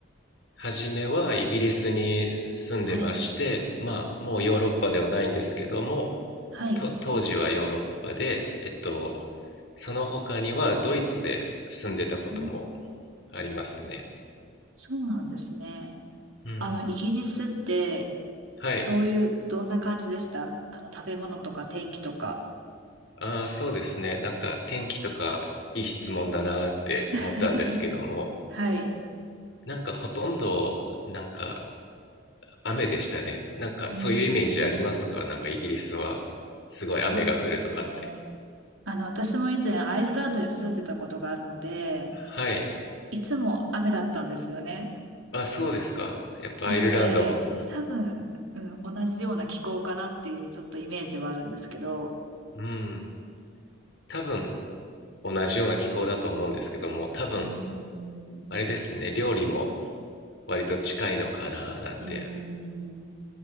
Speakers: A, on the left (about 60°); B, on the right (about 85°).
A: 初めはイギリスに住んでまして、
B: はい。
A: まあ、もうヨーロッパではないんですけども、
B: はい。
A: と、当時はヨーロッパで、えっと、その他にはドイツで住んでたことも
B: うん
A: ありますね。
B: そうなんですね。
A: うん。
B: あの、イギリスって、
A: はい。
B: どういう、どんな感じでしたあの、食べ物とか天気とか。
A: ああ、そうですね。なんか天気とかいい質問だなーって思ったんですけども、
B: <laughs> はい。
A: なんかほとんど、なんか雨でしたね。なんかそういうイメージありますかなんかイギリスはすごい雨が降るとかって。
B: うんうんうん。そうですね。あの、私も以前アイルランドに住んでたことがあるので、
A: はい。
B: いつも雨だったんですよね。
A: あ、そうですか。やっぱアイルランドも。
B: なので、多分、うん、同じような気候かなっていうちょっとイメージはあるんですけど、
A: うん。多分同じような気候だと思うんですけども、多分
B: うーん、
A: あれですね。料理も割と近いのかななんて。
B: うん、うんうん、